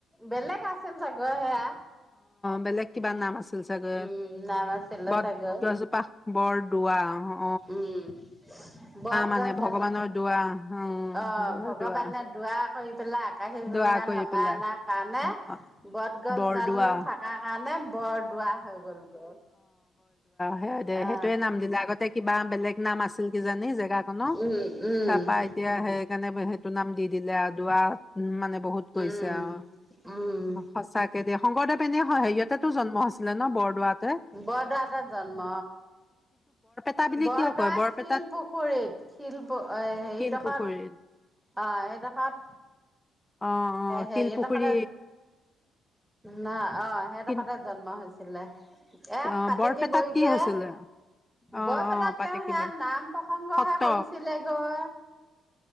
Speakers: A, in the centre; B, on the left.
A: বেলেগ আছিল চাগে সেয়া
B: বেলেক কিবা‌ নাম আছিল চাগঐ
A: উম নাম আছিলে
B: বটগছজোপা
A: চাগৈ
B: বৰদোৱা, উহো
A: উম বটগছডাল,
B: মানে ভগৱানৰ দোৱা অ',
A: অহ
B: বৰদোৱা
A: ভগৱানে দোৱা কৰি পেলাই আকাশী
B: দোৱা
A: গংগা
B: কৰি
A: নমাই
B: পেলাই
A: অনাৰ কাৰণে
B: অ,
A: বটগছডালো
B: বৰদোৱা
A: থকাৰ কাৰণে বৰদোৱাৰ হৈ গ'লগৈ।
B: হয়দে
A: অ
B: সেইটোৱে নাম দিলে আগতে কিবা বেলেগ নাম আছে আছিল কিজানি জেগাকনৰ,
A: উম উম
B: তাৰ পা এতিয়া সেইকাৰণে সেইটো নাম দি দিলে আৰু দোৱা উহ মানে বহুত কৰিছে
A: উম
B: আৰু
A: উম
B: সঁচাকে দেই শংকৰদেৱ এনে হয় হেৰিএটেটো জন্ম হৈছিল জানো বৰদোৱাত
A: বৰ দাদা জন্ম
B: ত পিনে
A: বৰদোৱা
B: কিয় কয় বৰপেটা
A: শিল পুখুৰীত শিল হেৰিক
B: শিলপুখুৰী
A: অ সেইডোখাত
B: অ অ
A: হেৰিদখতে
B: শিলপুখুৰী
A: ন অ সেইডোখতে
B: শিল
A: জন্ম হৈছেঢ় <unintelligible> ছিলে এ
B: অ
A: পতেজি
B: বৰপেটাত
A: বই
B: কি
A: দে
B: হৈছিলে অ
A: বৰপেটাত
B: অ পাতে
A: তেওঁ
B: কিব
A: সোত নাম প্ৰসংগহে
B: সত্ৰ
A: কৰিছিলে গৈ